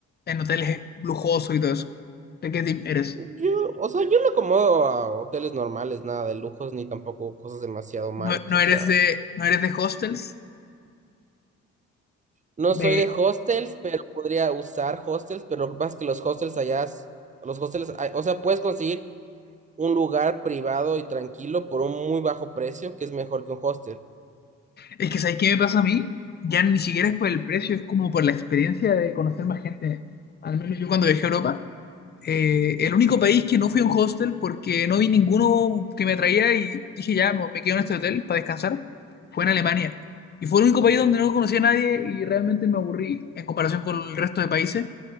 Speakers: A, on the left; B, on the right.
A: en hoteles lujosos y todo eso? ¿De qué team eres?
B: Yo, o sea, yo me acomodo a hoteles normales, nada de lujos, ni tampoco cosas demasiado malas,
A: ¿No, no
B: o
A: eres
B: sea,
A: de, no eres de hostels?
B: no
A: De...
B: soy de hostels, pero podría usar hostels, pero lo que pasa es que los hostels allá, s- los hostels, hay- o sea, puedes conseguir un lugar privado y tranquilo por un muy bajo precio, que es mejor que un hostel.
A: Es que ¿sabes qué me pasa a mí? Ya ni siquiera es por el precio, es como por la experiencia de conocer más gente. Al menos yo cuando viajé a Europa, eh, el único país que no fui a un hostel porque no vi ninguno que me atraía y dije ya, me me quedo en este hotel para descansar, fue en Alemania. Y fue el único país donde no conocí a nadie y realmente me aburrí en comparación con el resto de países.